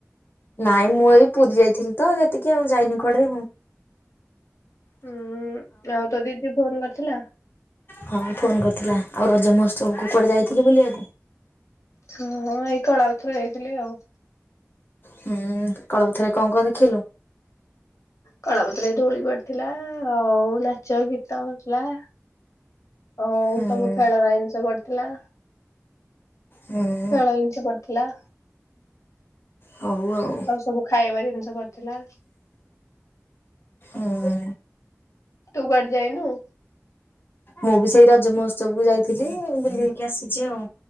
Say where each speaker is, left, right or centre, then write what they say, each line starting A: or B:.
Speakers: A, on the left; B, on the left.
A: ନାଇଁ ମୁଁ ଏଇ ପୁରୀ ଯାଇଥିଲି ତ ଯେତିକି ଆଉ ଯାଇନି କୁଆଡେ ଆଉ।
B: ହୁଁ ଆଉ ତୋ ଦିଦି ଫୋନ କରିଥିଲା?
A: ହଁ ଫୋନ କରିଥିଲା। ଆଉ ରଜ ମହୋତ୍ସବକୁ କୁଆଡେ ଯାଇଥିଲୁ ବୁଲିବାକୁ?
B: ହଁ ଏଇ କଳାପଥର ଯାଇଥିଲି ଆଉ।
A: ହୁଁ କଳପଥରେ କଣ କଣ ଦେଖିଲୁ?
B: କଳାପଥରେ ଧୋଉଳି ପଡିଥିଲା ଆଉ ନାଚ ଗୀତ ହୋଉଥିଲା। ଆଉ
A: ହୁଁ
B: ସବୁ ଖେଳନା ଜିନିଷ ପଡିଥିଲା।
A: ହୁଁ।
B: ଖେଳନା ଜିନିଷ ପଡ଼ିଥିଲା।
A: ହଉ ଆଉ।
B: ସବୁ ଖାଇବା ଜିନିଷ ପଡ଼ିଥିଲା।
A: ଉଁ ହୁଁ।
B: ତୁ କୁଆଡେ ଯାଇନୁ?
A: ମୁଁ ବି ସେଇ ରଜ ମହୋତ୍ସବ କୁ ଯାଇଥିଲି ବୁଲି ହେଇକି ଆସିଚି ଆଉ।